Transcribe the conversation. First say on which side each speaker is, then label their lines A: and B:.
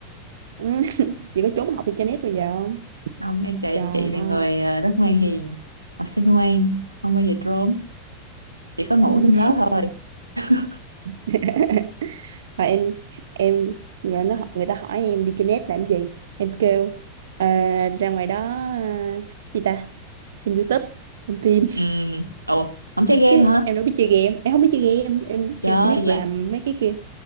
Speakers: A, on the right (about 60°); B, on the right (about 85°).
A: ừ. <laughs> chị có trốn học đi chơi net bây giờ không
B: không em chị
A: trời
B: chị là
A: ơi
B: người ờ, rất ngoan hiền học sinh ngoan không bao giờ trốn chỉ có ngủ
A: ừ.
B: trong đó thôi <laughs>
A: <laughs> và em em người nó người ta hỏi em đi trên net làm gì em kêu "Ờ, ra ngoài đó à, gì ta xem YouTube xem phim
B: ừ ồ không chơi game
A: chứ
B: hả
A: em đâu biết chơi game em không biết chơi game em
B: trời
A: em
B: ơi,
A: chỉ biết
B: vậy
A: làm mấy cái kia